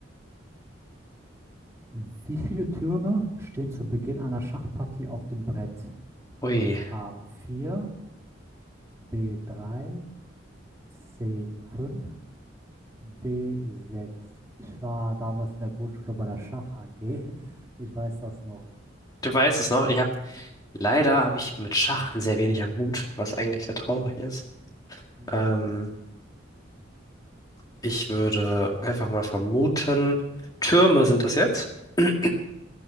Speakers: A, on the right; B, on the left.
A: Wie viele Türme stehen zu Beginn einer Schachpartie auf dem Brett?
B: Ui,
A: a vier, b drei, c fünf, d sechs. Ich war damals in der Grundschule bei der Schach AG. <laughs> Ich weiß das noch.
B: du weißt es noch. Ich habe leider habe ich mit Schach sehr wenig am Hut, was eigentlich sehr traurig ist.
A: Hm.
B: Ähm, ich würde einfach mal vermuten, Türme sind das jetzt. <clears throat>